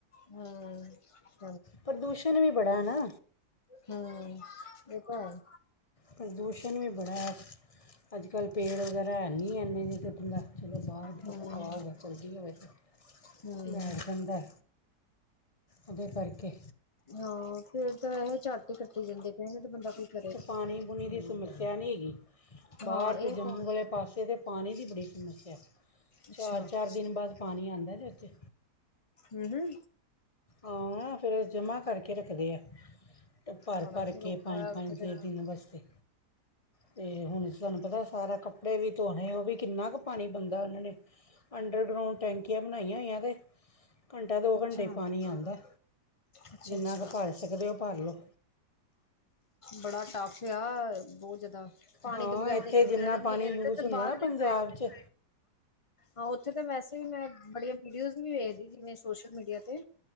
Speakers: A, on the left (about 40°); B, on the left (about 25°).
A: ਹਾਂ।
B: ਪ੍ਰਦੂਸ਼ਣ ਵੀ ਬੜਾ ਹੈ ਨਾ।
A: ਹੁਂ, ਇਹ ਤਾਂ ਹੈ।
B: ਪ੍ਰਦੂਸ਼ਣ ਵੀ ਬੜਾ ਹੈ। ਅੱਜ-ਕੱਲ ਪੇੜ ਵਗੈਰਾ ਹੈ ਨਹੀਂ ਹੈ ਇਨੇ। ਨਹੀਂ ਤੇ ਬਂਦਾ ਚਲੋ ਬਾਹਰ
A: ਹੂੰ
B: ਹਵਾ-ਹਵਾ ਚਲਦੀ ਹੋ ਵੈਸੇ,
A: ਹੂੰ
B: ਬੈਠ ਜਾਂਦਾ। ਉਹਦੇ ਕਰਕੇ।
A: ਹਾਂ, ਫੇਰ ਤਾਂ ਇਹ ਝਾਟ ਕੱਟੇ ਜਾਂਦੇ। ਪਏ ਨਾ ਤੇ ਬੰਦਾ ਕੀ ਕਰੇ।
B: ਪਾਣੀ-ਪੁਣੀ ਦੀ ਸਮੱਸਿਆ ਨਹੀਂ ਹੈਗੀ।
A: ਹਾਂ
B: ਬਾਹਰ
A: ਇਹ
B: ਤਾਂ ਜੰਮੂ ਵਾਲੇ ਪਾਸੇ ਤੇ ਪਾਣੀ ਦੀ ਬੜੀ ਸਮੱਸਿਆ ਹੈ।
A: ਅੱਛਾ
B: ਚਾਰ-ਚਾਰ ਦਿਨ ਬਾਅਦ ਪਾਣੀ ਆਉਂਦਾ ਜ ਏਥੇ।
A: ਹਮ, ਹਮ।
B: ਆ ਫਿਰ ਜਮ੍ਹਾਂ ਕਰਕੇ ਰੱਖਦੇ ਆ। ਭਰ
A: ਬੜਾ
B: ਭਰ
A: ਹੀ
B: ਕੇ
A: ਔਖਾ
B: ਪੰਜ
A: ਹੈ ਉੱਥੇ
B: ਪੰਜ
A: ਤੇ
B: ਦੇ ਦਿਨ ਵਾਸਤੇ ਤੇ ਹੁਣ ਤੁਹਾਨੂੰ ਪਤਾ ਸਾਰਾ ਕੱਪੜੇ ਵੀ ਧੋਣੇ ਉਹ ਵੀ ਕਿੰਨਾ ਕੁ ਪਾਣੀ ਬੰਦਾ ਉਹਨਾਂ ਨੇ। ਅੰਡਰਗਰਾਊਂਡ ਟੈਂਕੀਆਂ ਬਣਾਈਆਂ ਹੋਈਆਂ ਞੇ। ਘੰਟਾ-ਦੋ
A: ਅੱਛਾ
B: ਘੰਟੇ ਹੀ ਪਾਣੀ ਆਉਂਦਾ।
A: ਅੱਛਾ-ਅੱਛਾ
B: ਜਿੰਨਾ ਕੁ ਭਰ ਸਕਦੇ ਹੋ ਭਰ ਲਉ।
A: ਬੜਾ ਟਫ ਪਿਯਾਸ, ਬਹੁਤ ਜਿਆਦਾ। ਪਾਣੀ
B: ਹਾਂ
A: ਦੇ ਬਗੈਰ
B: ਇੱਥੇ
A: ਤੇ ਇੱਕ ਮਿਨਟ
B: ਜਿੰਨਾ
A: ਵੀ
B: ਪਾਣੀ
A: ਨਹੀਂ। ਇਤੇ
B: ਯੂਜ਼
A: ਤੇ
B: ਹੁੰਦਾ
A: ਬਾਹਰਲੇ
B: ਨਾ ਪੰਜਾਬ
A: ਪਾਈਪ
B: 'ਚ
A: ਹਾਂ, ਉੱਥੇ ਤਾਂ ਵੈਸੇ ਵੀ ਮੈਂ, ਬੜੀਆਂ ਵੀਡੀਓਜ਼ ਵੀ ਵੇਖਦੀ ਸੀ ਸੋਸ਼ਲ ਮੀਡੀਆ ਤੇ।